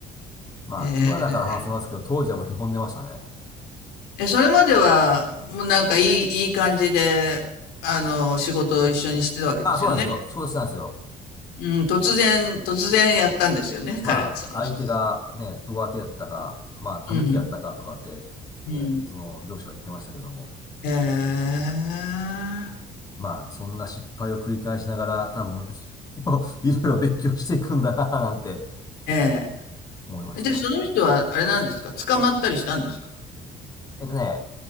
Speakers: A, on the left (about 20°); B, on the left (about 85°).
A: まあ、
B: え
A: 今だから話せますけど、当時はもう凹んでましたね。
B: え、え、それまでは、もうなんかいい、いい感じで、あの、仕事を一緒にしてたわけですよね。
A: あ、そうなんですよ。承知したんですよ。
B: うん、突然、突然やったんですよね、
A: まあ、
B: 彼、その人は。
A: 相手がね、上手やったか、まあ、狸やったかとかって、
B: うん、うん。
A: ね、その上司は言ってましたけども、
B: ええ、
A: まあ、そんな失敗を繰り返しながら、多分、<laughs> いろいろ勉強していくんだな、なんて
B: え
A: 思いました。
B: え。で、その人はあれなんですか捕まったりしたんですか
A: えっとね、